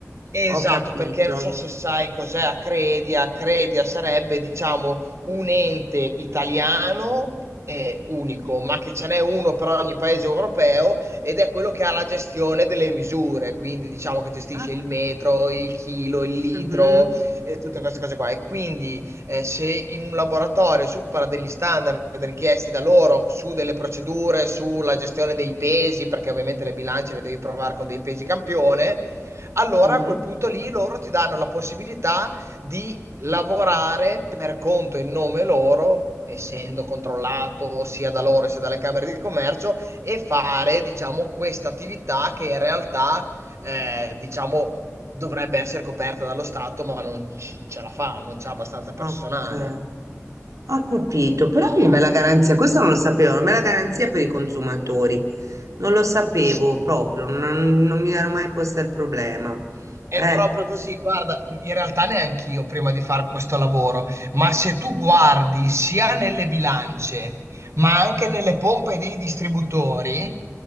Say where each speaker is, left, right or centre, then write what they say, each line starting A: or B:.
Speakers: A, on the right; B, on the right.
A: Esatto,
B: ho capito.
A: perché non so se sai cos'è Acredia. Acredia sarebbe, diciamo, un ente italiano eh, unico, ma che ce n'è uno per ogni paese europeo ed è quello che ha la gestione delle misure, quindi diciamo che gestisce
B: Ah,
A: il metro, il chilo, il litro
B: mhm,
A: e tutte queste cose qua. E quindi eh, se in un laboratorio supera degli standard richiesti da loro su delle procedure, sulla gestione dei pesi, perché ovviamente le bilance le devi provare con dei pesi campione allora
B: mhm.
A: a quel punto lì loro ti danno la possibilità di lavorare per conto e nome loro, essendo controllato sia da loro sia dalle Camere di Commercio, e fare, diciamo, questa attività che in realtà, eh, diciamo, dovrebbe essere coperta dallo Stato, ma non ci- ce la fa, non c'ha abbastanza personale.
B: Ah, Ok, ho capito, però è una bella garanzia, questo non lo sapevo, una bella garanzia per i consumatori, Non lo sapevo
A: Sì.
B: proprio, non, non mi ero mai posta il problema.
A: È
B: Eh,
A: proprio così, guarda, in realtà neanche io prima di fare questo lavoro, ma se tu guardi sia nelle bilance, ma anche nelle pompe dei distributori,